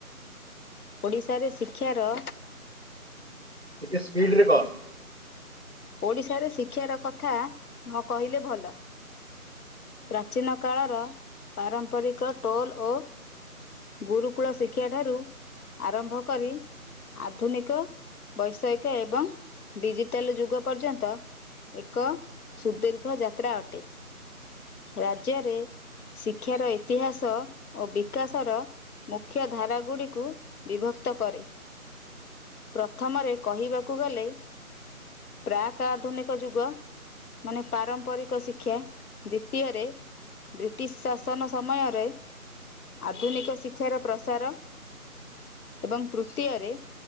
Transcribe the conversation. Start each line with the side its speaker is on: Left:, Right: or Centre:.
Left: ଓଡ଼ିଶାରେ ଶିକ୍ଷାର
Right: ଟକେ ସ୍ପିଡ଼ରେ କହ
Left: ଓଡିଶାରେ ଶିକ୍ଷାର କଥା ନ କହିଲେ ଭଲ। ପ୍ରାଚୀନ କାଳର ପାରମ୍ପରିକ ଟୋଲ୍ ଓ ଗୁରୁକୁଳ ଶିକ୍ଷାଠାରୁ ଆରମ୍ଭ କରି ଆଧୁନିକଜ ବୈସାୟିକ ଏବଂ ଡିଜିଟାଲ ଯୁଗ ପର୍ଯ୍ୟନ୍ତ ଏକ ସୁଦୀର୍ଘ ଯାତ୍ରା ଅଟେ। ରାଜ୍ୟରେ ଶିକ୍ଷାର ଇତିହାସ ଓ ବିକାଶର ମୁଖ୍ୟ ମୁଖ୍ୟ ଧାରାଗୁଡ଼ିକୁ ବିଭକ୍ତ କରେ ପ୍ରଥମରେ କହିବାକୁ ଗଲେ ପ୍ରାକ୍ ଆଧୁନିକ ଯୁଗ ମାନେ ପାରମ୍ପରିକ ଶିକ୍ଷା, ଦ୍ଵିତୀୟରେ ବ୍ରିଟିଶ ଶାସନ ସମୟରେ ଆଧୁନିକ ଶିକ୍ଷାର ପ୍ରସାର, ଏବଂ ତୃତୀୟରେ